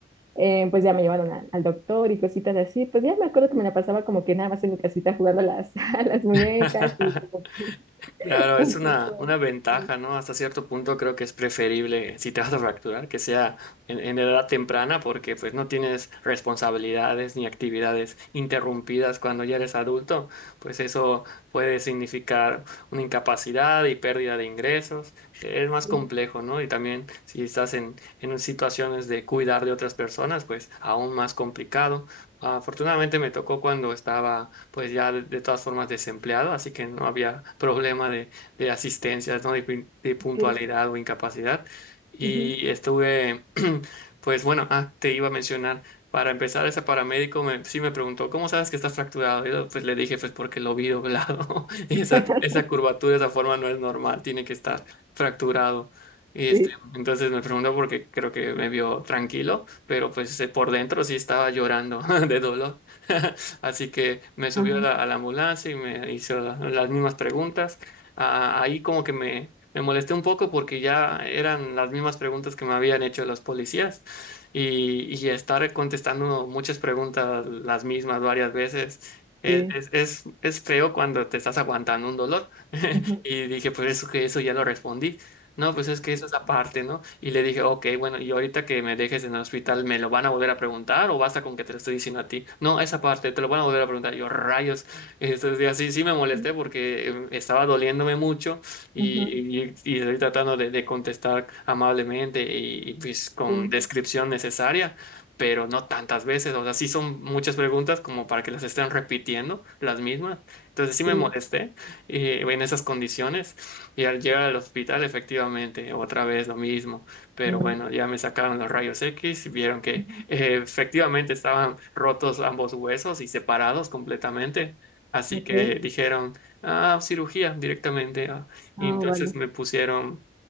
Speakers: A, on the right; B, on the left.
A: eh, pues ya me llevaron a- al doctor y cositas así. Pues ya me acuerdo que me la pasaba como que nada más en mi casita jugando a las, <laughs> a las muñecas
B: <laughs>
A: y como que
B: Claro,
A: <laughs> un
B: es una,
A: poco...
B: una ventaja,
A: Sí,
B: ¿no? Hasta cierto punto creo que es preferible, si te vas a fracturar, que sea en, en edad temprana, porque pues no tienes responsabilidades ni actividades interrumpidas cuando ya eres adulto, pues eso puede significar una incapacidad y pérdida de ingresos. Es más
A: sí,
B: complejo, ¿no? Y también si estás en, en situaciones de cuidar de otras personas, pues aún más complicado. Afortunadamente me tocó cuando estaba pues ya de, de todas formas desempleado, así que no había problema de, de asistencias, ¿no? De, pin- de puntualidad
A: ok,
B: o incapacidad. Y
A: ujú,
B: estuve, <clears throat> pues bueno, ah, te iba a mencionar, para empezar, ese paramédico me, sí me preguntó, ¿cómo sabes que estás fracturado? yo pues le dije, pues porque lo vi doblado. <laughs> Y
A: <laughs>
B: esa, esa curvatura, esa forma no es normal, tiene que estar fracturado. Y este,
A: sí,
B: entonces me preguntó porque creo que me vio tranquilo, pero pues eh, por dentro sí estaba llorando <laughs> de dolor. <laughs> Así que me subió
A: ajá,
B: a la, a la ambulancia y me hizo las mismas preguntas. Ah, ahí como que me, me molesté un poco porque ya eran las mismas preguntas que me habían hecho los policías y, y estar contestando muchas preguntas las mismas varias veces. Es,
A: sí,
B: es, es, es feo cuando te estás aguantando un dolor. <laughs>
A: ujú,
B: Y dije, pues eso que eso ya lo respondí. No, pues es que esa es aparte, ¿no? Y le dije, ok, bueno, y ahorita que me dejes en el hospital, ¿me lo van a volver a preguntar o basta con que te lo estoy diciendo a ti? No, esa parte, te lo van a volver a preguntar. Yo, rayos. Entonces, así sí me molesté
A: sí,
B: porque em, estaba doliéndome mucho y,
A: ujú,
B: y, y estoy tratando de, de contestar amablemente y, y, pues con
A: sí,
B: descripción necesaria, pero no tantas veces. O sea, sí son muchas preguntas como para que las estén repitiendo las mismas. Entonces, sí me
A: sí,
B: molesté eh, en esas condiciones. Y al llegar al hospital, efectivamente, otra vez lo mismo. Pero
A: mm,
B: bueno, ya me sacaron los rayos X y vieron que
A: ujú,
B: eh, efectivamente estaban rotos ambos huesos y separados completamente. Así
A: ok,
B: que dijeron, ah, cirugía directamente. ah". Y
A: ah,
B: entonces
A: vale,
B: me pusieron